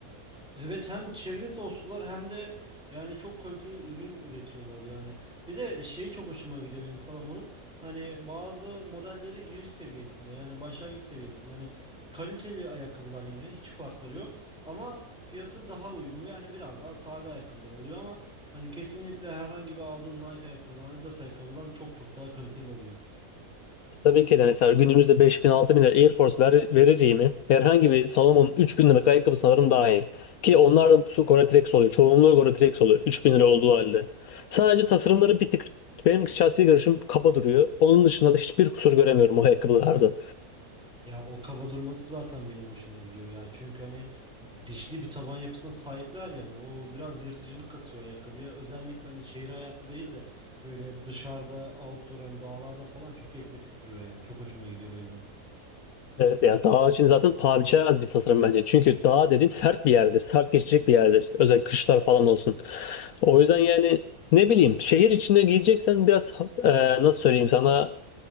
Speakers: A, in the centre; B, on the left.
A: Evet hem çevre dostlar hem de yani çok kaliteli ürün üretiyorlar yani. Bir de şeyi çok hoşuma gidiyor benim Salomon'un. Hani bazı modelleri giriş seviyesinde yani başlangıç seviyesinde hani kaliteli ayakkabılar yine hiç farkları yok ama fiyatı daha uygun ve yani biraz daha sade ayakkabılar oluyor ama hani kesinlikle herhangi bir aldığın Nike ayakkabıdan Adidas ayakkabıdan çok çok daha kaliteli oluyor.
B: Tabii ki de mesela günümüzde 5000 bin lira Air Force ver, vereceğimi herhangi bir Salomon'un üç bin liralık ayakkabı sanırım daha iyi. Ki onlar da su Gore-Tex oluyor. Çoğunluğu Gore-Tex oluyor. üç bin lira olduğu halde. Sadece tasarımları bir tık benim şahsi görüşüm kaba duruyor. Onun dışında da hiçbir kusur göremiyorum o ayakkabılarda.
A: Ya o kaba durması zaten benim hoşuma gidiyor ya. Çünkü hani dişli bir taban yapısına sahipler yani. O biraz yırtıcılık katıyor ayakkabıya. Özellikle hani şehir hayatı değil de böyle dışarıda, outdoor hani dağlarda falan çok estetik duruyor ya. Çok hoşuma gidiyor o yüzden.
B: Evet ya dağ için zaten paha biçilemez bir tasarım bence. Çünkü dağ dediğin sert bir yerdir. Sert geçecek bir yerdir. Özellikle kışlar falan olsun. O yüzden yani ne bileyim şehir içinde giyeceksen biraz e, nasıl söyleyeyim sana